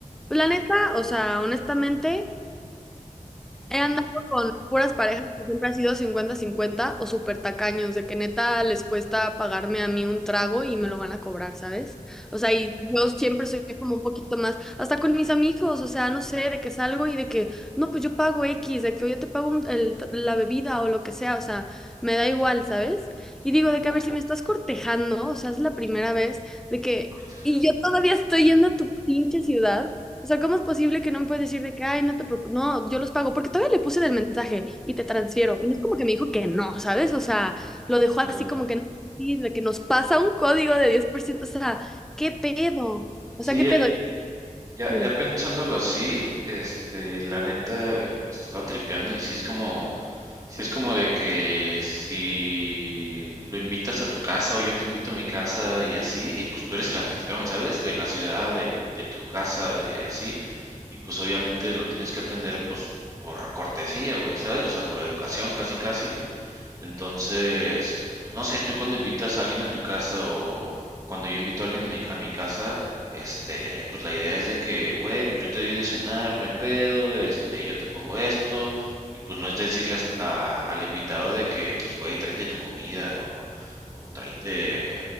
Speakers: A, in the centre; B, on the right.
A: pues la neta, o sea, honestamente, He andado con puras parejas que siempre ha sido cincuenta-cincuenta o súper tacaños, de que neta les cuesta pagarme a mí un trago y me lo van a cobrar, ¿sabes? O sea, y yo siempre soy como un poquito más, hasta con mis amigos, o sea, no sé, de que salgo y de que, no, pues yo pago X, de que yo te pago un- el- la bebida o lo que sea, o sea, me da igual, ¿sabes?
B: ujú,
A: Y digo, de que a ver, si me estás cortejando, o sea, es la primera vez de que,
B: cortejo.
A: y yo todavía estoy yendo a tu pinche ciudad. O sea, ¿cómo es posible que no me puedes decir de que, ay, no te preocupes, no, yo los pago? Porque todavía le puse en el mensaje y te transfiero. Y no es como que me dijo que no, ¿sabes? O sea, lo dejó
B: Bueno,
A: así como que, no, así, de que nos pasa un código de diez por ciento O sea, ¿qué pedo? O
B: sí,
A: sea, ¿qué
B: ya,
A: pedo?
B: ya,
A: Dime.
B: ya pensándolo así, este, la neta, eh, o sea, estaba tripeando y sí es como... si es como de que si lo invitas a tu casa o yo te invito a mi casa y así, y pues tú eres el anfitrión, ¿sabes? De la ciudad, de, de tu casa, de así, y pues obviamente lo tienes que atender pues por cortesía, güey, ¿sabes? O sea, por educación, casi, casi, güey. Entonces, pues no sé, tú cuando invitas a alguien a tu casa o, o cuando yo invito a alguien mi- a mi casa, este, pues la idea es de que, güey, pues yo te doy de cenar, no hay pedo, este, yo te pongo esto. Y pues no es decirle as- a- al invitado de que, pues, güey, tráete tu comida o, o tráete,